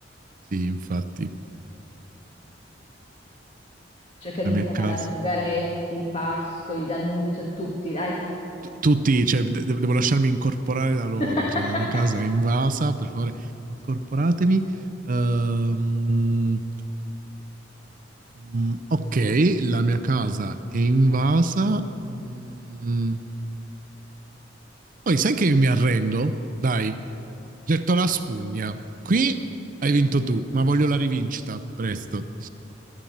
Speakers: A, on the right; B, on the left.
A: sì, infatti,
B: Cerca di
A: la
B: incanalare
A: mia casa.
B: Ungaretti, Pascoli, D'Annunzio, tutti, dai.
A: t- tutti, cioè, de- de- devo lasciarmi incorporare da loro,
B: <laughs>
A: cioè, la mia casa è invasa, per favore, incorporatemi. Ehm, mm, ok, la mia casa è invasa. mm, poi sai che mi arrendo? Dai, getto la spugna. Qui hai vinto tu, ma voglio la rivincita, presto.